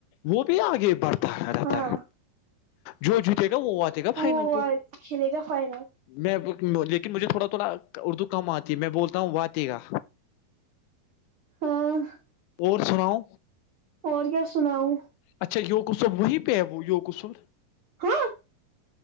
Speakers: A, on the left; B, on the right.
A: وہ بھی آگے بڑھتا رہتا
B: ہاں
A: ہے جو جتے گا وہ وے گا
B: وہ
A: فائنر کو
B: کھیلے گا فائنل
A: میں لیکن مجھے تھوڑا تھوڑا اردو کم آتی ہے میں بولتا ہوں وے گا
B: ہ <unintelligible>
A: اور سناؤ
B: اور کیا سناؤ
A: اچھا یو قسب وہیں پہ ہے وہ یو قسب
B: ہاں